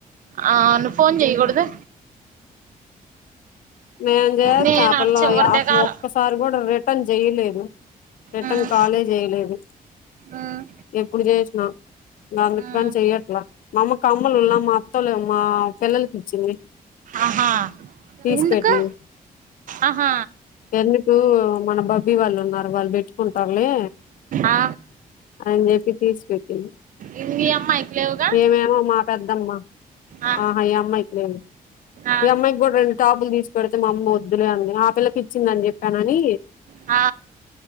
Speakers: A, on the right (about 60°); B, on the left (about 60°).
A: ఆ నువ్వు ఫోన్ చెయ్యకూడదు
B: నేను చేస్తా
A: నేను
B: ఆ
A: అడ
B: పిల్ల
A: చివరి
B: అసలు ఒక్కసారి
A: దిగాల
B: ఒక్కసారి కూడా రిటర్న్ చేయలేదు రిటర్న్
A: ఉమ్,
B: కాలే చేయలేదు
A: ఉమ్,
B: ఎప్పుడు చేసిన అందుగాని
A: ఉమ్.
B: చెయ్యట్లా మా అమ్మ కమ్మలు మా అత్తలు మా పిల్లలకి ఇచ్చింది
A: ఆహా
B: తీసి
A: ఎందుకు
B: పెట్టింది
A: ఆహా
B: ఎందుకు మన బబ్బీ వాళ్ళు ఉన్నారు వాళ్ళు పెట్టుకుంటారులే
A: ఆ,
B: అని చెప్పి తీసి పెట్టింది
A: ఇవి ఈ అమ్మాయికి లేవుగా
B: ఏమేమో మా పెద్దమ్మా
A: ఆ,
B: ఆహ ఈ అమ్మాయికి లేదు
A: ఆ.
B: ఈ అమ్మాయికి కూడా రెండు టాపులు తీసి పెడితే మా అమ్మ వద్దులే అని ఆ పిల్లకి ఇచ్చిందని చెప్పానని
A: ఆ